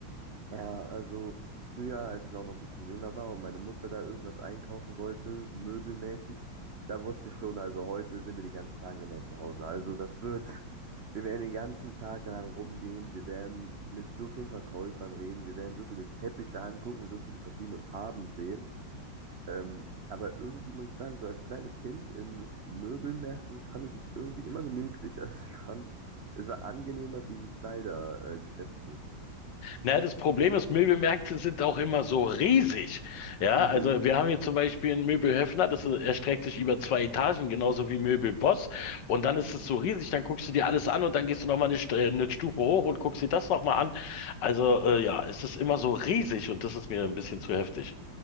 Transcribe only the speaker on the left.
Na, das Problem ist, Möbelmärkte sind auch immer so riesig. Ja,
also wir haben hier zum Beispiel einen Möbel Höffner, das erstreckt sich über zwei Etagen, genauso wie Möbel Boss. Und dann ist es so riesig, dann guckst du dir alles an und dann gehst du nochmal eine, St- äh, eine Stufe hoch und guckst dir das nochmal an. Also äh, ja, es ist immer so riesig und das ist mir ein bisschen zu heftig.